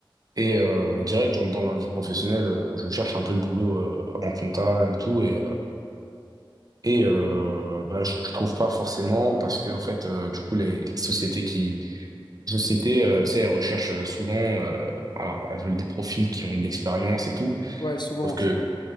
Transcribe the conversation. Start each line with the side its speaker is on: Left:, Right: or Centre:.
Right: et euh, direct, j'entre dans la vie professionnelle. euh, je cherche un peu de boulot euh, en compta et tout, et euh, Et euh, bah, je, je trouve pas forcément parce que en fait euh, du coup les sociétés qui les sociétés euh, tu sais elles recherchent euh, souvent euh, voilà, elles veulent des profils qui ont de l'expérience et tout
Left: Ouais, souvent,
Right: sauf que
Left: c'est vrai.